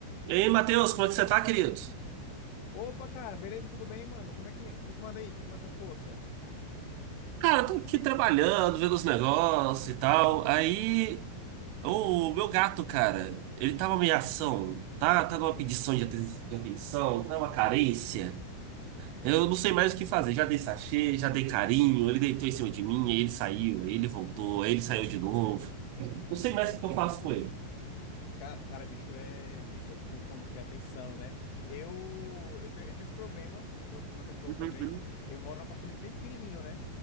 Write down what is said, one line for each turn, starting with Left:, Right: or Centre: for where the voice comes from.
Right: E aí, Matheus, como é que você tá, querido?
Left: Opa, cara, beleza? Tudo bem, mano? Como é que, que que manda aí? Que que manda essa força?
Right: Cara, eu tô aqui trabalhando, vendo os negócios e tal. Aí, o meu gato, cara, ele tá uma ameação, tá? Tá numa pedição de aten- de atenção, tá uma carência. Eu não sei mais o que fazer. Já dei sachê, já dei carinho, ele deitou em cima de mim, aí ele saiu, aí ele voltou, aí ele saiu de novo. Não sei mais o que eu faço com ele.
Left: Ca- Cara, bicho é, bicho é fogo quando quer atenção, né? Eu, eu tenho, eu tenho esse problema com o meu, com o meu cachorro
Right: Uhum,
Left: também.
Right: uhum.
Left: Eu moro num apartamento bem pequenininho, né?